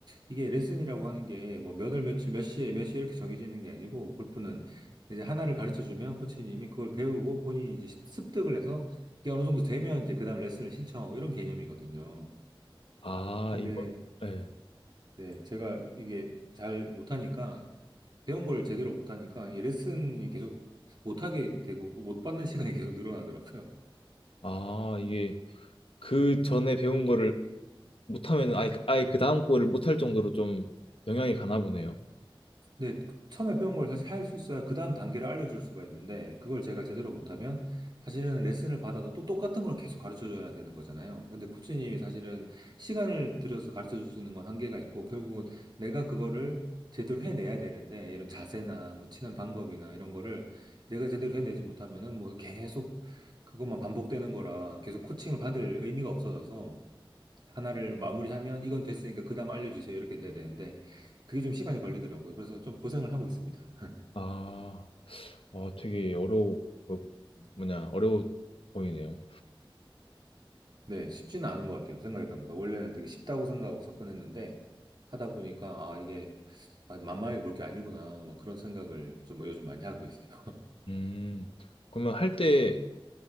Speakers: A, on the right (about 55°); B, on the left (about 85°).
A: 이게 레슨이라고 하는 게 뭐 몇 월 며칠 몇 시에 몇 시 이렇게 정해지는 게 아니고, 골프는 이제 하나를 가르쳐 주면 코치님이 그걸 배우고 본인이 이제 습- 습득을 해서 이게 어느 정도 되면 이제 그 다음 레슨을 신청하고 이런 개념이거든요.
B: 아,
A: 근데
B: 이거 네.
A: 네, 제가 이게 잘 못하니까, 배운 걸 제대로 못하니까 이 레슨이 계속 못하게 되고 뭐 못 받는 시간이 계속 늘어나더라고요.
B: 아, 이게 그 전에 배운 거를 못하면 아예 그, 아예 그 다음 거를 못할 정도로 좀 영향이 가나 보네요.
A: 근데 처음에 배운 걸 사실 할 수 있어야 그 다음 단계를 알려줄 수가 있는데 그걸 제가 제대로 못하면 사실은 레슨을 받아도 또 똑같은 걸 계속 가르쳐줘야 되는 거잖아요. 근데 코치님이 사실은 시간을 들여서 가르쳐줄 수 있는 건 한계가 있고 결국은 내가 그거를 제대로 해내야 되는데 이런 자세나 뭐 치는 방법이나 이런 거를 내가 제대로 해내지 못하면은 뭐 계속 그것만 반복되는 거라 계속 코칭을 받을 의미가 없어져서 하나를 마무리하면 이건 됐으니까 그 다음 알려주세요. 이렇게 돼야 되는데 그게 좀 시간이 걸리더라고요. 그래서 좀 고생을 하고 있습니다.
B: 아. 아, 되게 어려워, 뭐, 뭐냐, 어려워 보이네요.
A: 네, 쉽지는 않은 것 같아요. 생각했던 것보다. 원래는 되게 쉽다고 생각하고 접근했는데 하다 보니까 아, 이게 아, 만만하게 볼 게 아니구나. 막 그런 생각을 좀 요즘 많이 하고 있어요.
B: 음, 그러면 할 때